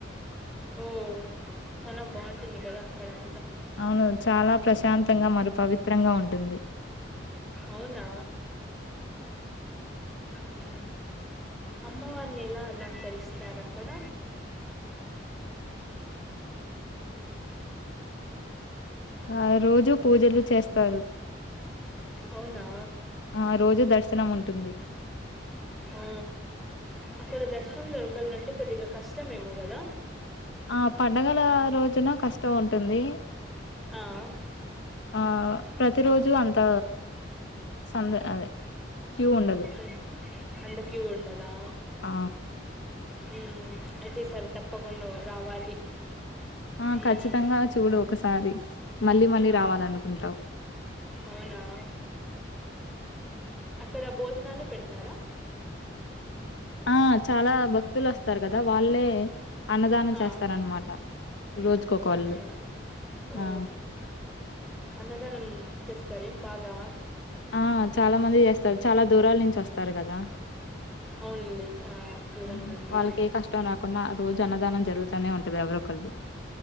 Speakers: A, in the centre; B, on the left.
A: ఓ చాలా బాగుంటుంది కదా అక్కడం
B: అవును చాలా ప్రశాంతంగా మరి పవి చిత్రంగా, ఉంటుంది.
A: అవునా, ఊ అమ్మవారిని ఎలా, అలంకరిస్తారు, అక్కడ.
B: ఆ, రోజు, పూజలు, చేస్తారు.
A: అవునా
B: ఆ, రోజు, దర్శనం, ఉంన్. ఉటుంది.
A: అ, అక్కడ, దర్శనం, దొరకాలంటే, కొద్దిగ, కష్టమేమో, గదా.
B: ఆ, పండగల, రోజున, కష్టం, ఉంటుంది.
A: ఆ.
B: ఆహ్, ప్రతిరోజు అంత, సంద అదే. క్యూ ఉండదు.
A: ఉమ్, అంత క్యూ, ఉండదా.
B: ఆ!
A: ఉమ్ అయితే ఈసారి తప్పకుండా, రావాలి.
B: ఆ
A: మ్మ్.
B: ఖ, చ్చితంగా, చూడు, ఒకసారి. మళ్ళీ మళ్ళీ
A: ఆ,
B: రావాలనుకుంటావు.
A: అవునా. అక్కడ, భోజనాలు, పెడతారా.
B: ఆ, చాలా, భక్తులు వొస్తారు, కదా వాళ్ళే. అన్నదానం
A: ఆ,
B: చేస్తారనమాట. రోజుకొకళ్ళు
A: అవునా, ఓ,
B: ఆ
A: అన్నదానం, చేస్త. సరే, బాగా.
B: ఆ, చాలా మంది జెస్తారు, చాలా దూరాల నుంచి వొస్తారు, కదా.
A: అవునులే, చాలా, దూరం,
B: అవును.
A: నుండి.
B: వాళ్ళకి ఏ కష్టం రాకుండా రోజు, అన్నదానం, జరుగుతనే, ఉంటది, ఎవరో, ఒక్కరు.